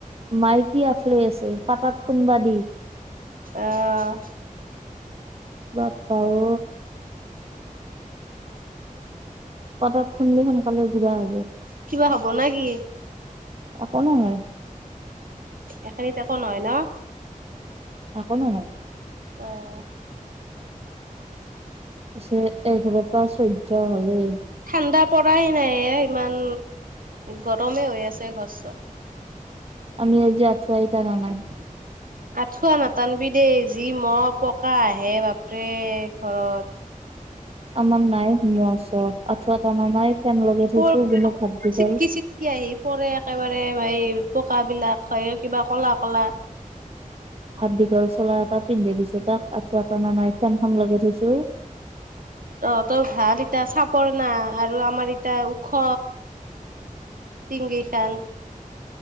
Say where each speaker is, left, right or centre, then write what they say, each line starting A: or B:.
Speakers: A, on the right (about 45°); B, on the right (about 75°).
A: মাইক কি আফলে আছে? পাতাত খুন্দবা দি।
B: অ'।
A: বাপা ঐ। পতাত খুন্দলি সোনকালে গুড়া হৈ যায়।
B: কিবা হ'ব না কি?
A: একো নহয়।
B: এখিনিত একো নহয় ন'?
A: এক' নহয়।
B: অ'।
A: পিছে এ- কিবা পা- চৈধ্য হলে।
B: ঠাণ্ডা পৰাই নাই ঐ ইমান, গৰমে হৈ আছে ঘৰ-চৰ।
A: আমি আজি আঠুৱাই তাৰা নাই।
B: আঁঠুৱা নাটানবি দেই। যি মহ-পকা আহে বাপৰে। ঘৰত।
A: আমাৰ নাই। মহ-চহ আঁঠুৱা তৰা নাই। ফেন লগাই থৈছো
B: ক'ৰ
A: গুণুক
B: <inaudible>
A: হাত দীঘল
B: চিটকি-চিটকি আহি পৰে একেবাৰে এই পোকবিলাক, হয়ৈ কিবা কলা-কলা।
A: হাত দীঘল চোলা এটা পিন্ধাই দিছোঁ তাক। আঠুৱা তনা নাই। ফেন খন লগাই থৈছোঁ।
B: অ' তোৰ ভাল এতিয়া। চাপৰ না? আৰু আমাৰ এতিয়া ওখ টিঙ কেইখান।